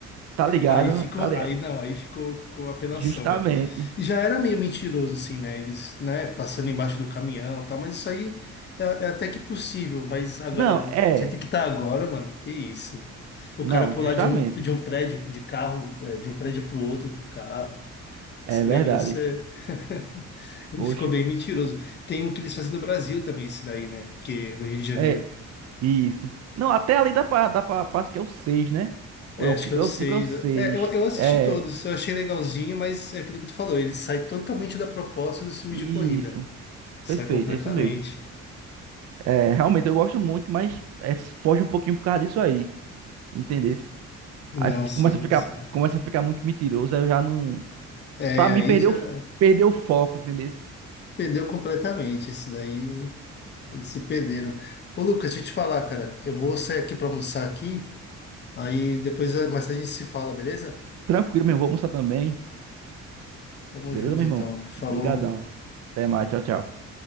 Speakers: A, on the right; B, on the left.
A: Tá ligado?
B: Aí ficou,
A: Tá li...
B: aí não, aí ficou, ficou apelação
A: Justamente.
B: mesmo. E já era meio mentiroso assim, né? Eles, né, passando embaixo do caminhão, e tal, mas isso aí é, é até que possível, mas agora,
A: Não,
B: do
A: é.
B: jeito que tá agora, mano, que isso. O
A: Não,
B: cara pular
A: justamente.
B: de um, de um prédio de carro, é, de um prédio pro outro com o carro.
A: É
B: Esse
A: verdade.
B: negócio <laughs> Ele
A: Oxe,
B: ficou bem mentiroso. Tem um que eles fazem no Brasil também, esse daí, né? Que é no Rio de Janeiro.
A: é isso. Não, até ali dá pra, dá pra, parece que é o seis, né?
B: É,
A: Ou é o,
B: acho
A: qui-
B: que é o
A: ou
B: seis.
A: é o cinco, ou é o seis.
B: É, eu, eu assisti
A: É,
B: todos, eu achei legalzinho, mas é aquilo que tu falou, ele sai totalmente da proposta do filme
A: isso.
B: de corrida. Sai
A: Perfeito,
B: completamente.
A: é isso mesmo. É, realmente eu gosto muito, mas é, foge um pouquinho por causa disso aí, entendesse?
B: Não,
A: Aí f-
B: sim,
A: começa a ficar,
B: sim.
A: começa a ficar muito mentiroso, aí eu já não,
B: É,
A: pra mim
B: aí
A: perdeu,
B: já
A: perdeu o foco, entendesse?
B: perdeu completamente. Esse daí, eles se perderam. Ô, Lucas, deixa eu te falar, cara. Eu vou sair aqui pra almoçar aqui, aí depois eh, mais tarde a gente se fala, beleza?
A: Tranquilo, meu irmão, vou almoçar também.
B: Tamo
A: Beleza,
B: junto,
A: meu
B: então.
A: irmão?
B: Falou.
A: Obrigadão. Até mais, tchau, tchau.